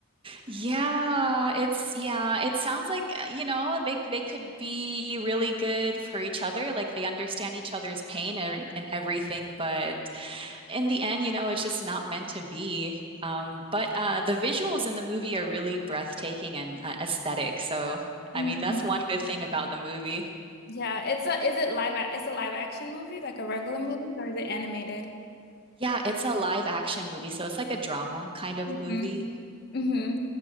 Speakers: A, on the right; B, on the left.
A: Yeah, it's yeah, it sounds like uh, you know, they they could be really good for each other. Like they understand each other's pain and, and everything, but in the end, you know, it's just not meant to be. Um, but uh the visuals in the movie are really breathtaking and uh, aesthetic. So, I
B: Mm.
A: mean, that's one good thing about the movie.
B: Yeah, it's a is it live a- it's a live action movie, like a regular movie, or is it animated?
A: Yeah, it's a live action movie, so it's like a drama kind of
B: Mhm.
A: movie.
B: hmm